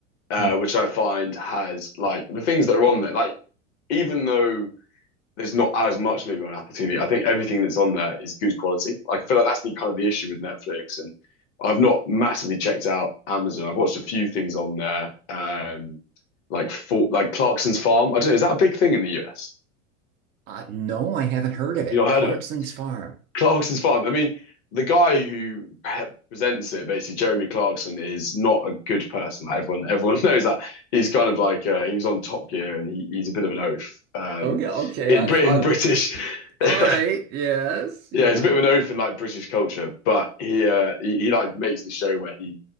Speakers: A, on the left; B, on the right.
A: uh,
B: Hmm.
A: which I find has like the things that are on there. Like even though there's not as much maybe on Apple TV, I think everything that's on there is good quality. Like I feel like that's the kind of the issue with Netflix, and I've not massively checked out Amazon. I've watched a few things on there, um, like for like Clarkson's Farm. I don't know. Is that a big thing in the US?
B: Uh, no, I haven't heard of it.
A: You not
B: Clarkson's
A: heard of it?
B: Farm.
A: Clarkson's fun. I mean, the guy who presents it, basically Jeremy Clarkson, is not a good person. Like, everyone, everyone <laughs> knows that. He's kind of like uh, he was on Top Gear, and he, he's a bit of an oaf um,
B: Okay, okay.
A: in
B: I've,
A: Britain,
B: I,
A: British. <laughs> yeah,
B: all right. Yes, yeah.
A: he's a bit of an oaf in like British culture, but he, uh, he he like makes this show where he